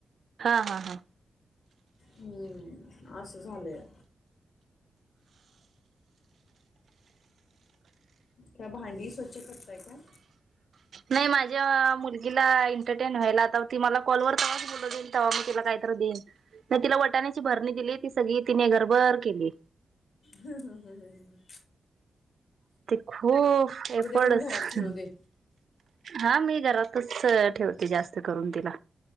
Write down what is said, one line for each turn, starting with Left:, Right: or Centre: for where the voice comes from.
Right: हा हा हा.
Left: हम्म आस झालंय. त्या भांडी स्वच्छ करताय काय?
Right: नाही माझ्या मुलगीला एंटरटेन व्हायला आता ती मला कॉलवर तेव्हाच बोल देईन तेव्हा मग तिला काहीत देईन नाही तिला वटाण्याची भरणी दिली. सगळी तिने घरबर केली.
Left: हम हम् हम ह.
Right: ते खूप एफर्डच
Left: खरं घरात खेळू दे
Right: हा मी घरातच ठेवते जास्त करून तिला.